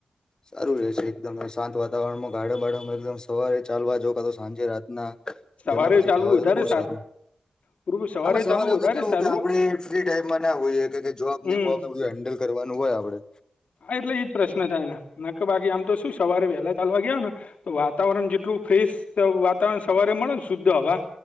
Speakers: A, on the left; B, on the left.
A: સારું રહેશે. એકદમ શાંત વાતાવરણમાં ગાડાબાડોમાં એકદમ સવારે ચાલવા જાવ કા તો સાંજે રાતનાં.
B: સવારે
A: જમ્યા પછી
B: ચાલવું
A: ખાવા
B: વધારે
A: જાવ તો બઉ સારું.
B: પૂરું
A: આમાં સવારે
B: ચાલવું
A: એ
B: વધારે
A: તો કેવું
B: સારું
A: કે આપણેે ફ્રી ટાઈમમાં ના હોઈએ કે જોબને
B: હમ
A: બોબને બધું હેન્ડલ કરવાનું હોય આપડે.
B: હા એટલે એજ પ્રશ્ન થાય ને નકર કે બાકી આમ તો શું સવારે વહેલા ચાલવા ગયા હોય ને તો વાતાવરણ જેટલું ફ્રેશ વાતાવરણ સવારે મળે ને શુદ્ધ હવા